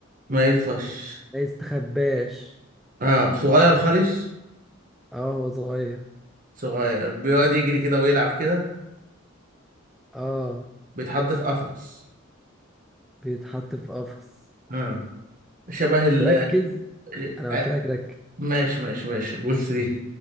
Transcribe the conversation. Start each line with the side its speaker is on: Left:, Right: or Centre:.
Right: ما يطفش
Centre: ما يستخباش
Right: اه صغير خالص
Centre: اه هو صغير
Right: صغير بيقعد يجري كده ويلعب كده
Centre: اه
Right: بيتحط في قفص
Centre: بيتحط في قفص
Right: آه. شبه ال
Centre: بس ركز انا
Right: ع-
Centre: قلت لك ركز
Right: ماشي ماشي ماشي بص دي